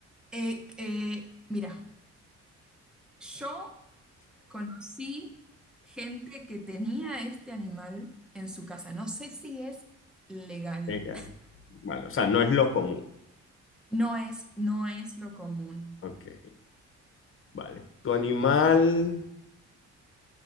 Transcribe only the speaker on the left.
Venga. Vale, o sea, no es lo común.
Ok, vale. ¿Tu animal